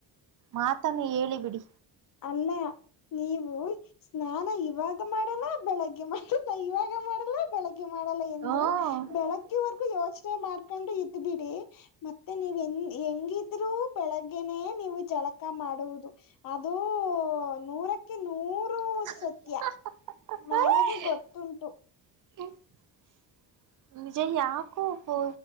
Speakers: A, on the right; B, on the left.
A: ಮಾತನ್ನು ಹೇಳಿ ಬಿಡಿ.
B: ಅಲ್ಲ ನೀವು ಸ್ನಾನ ಇವಾಗ ಮಾಡಲ್ಲ. ಬೆಳಗ್ಗೆ ಮಾಡಲ್ಲ ಇವಾಗ ಮಾಡಲ್ಲ ಬೆಳಗ್ಗೆ ಮಾಡಲ್ಲ ಎಂದು.
A: ಹ್ಮ
B: ಬೆಳಗ್ಗೆ ವರೆಗು ಯೋಚನೆ ಮಾಡ್ಕೊಂಡು ಇದ್ದ ಬಿಡಿ ಮತ್ತೆ ನೀವನ್ ಹೆಂಗ ಹೆಂಗಿ ರು ಬೆಳಗ್ಗೆನೆೇ ನೀವು ಜಳಕ ಮಾಡುವುದು ಅದು...
A: <unintelligible>
B: ನೂರಕ್ಕೆ ನೂರು ಸತ್ಯ
A: <unintelligible>
B: ನನಗೆ ಗೊತ್ತುಂಟು
A: ನಿಜ ಯಾಕೋ ಪೋ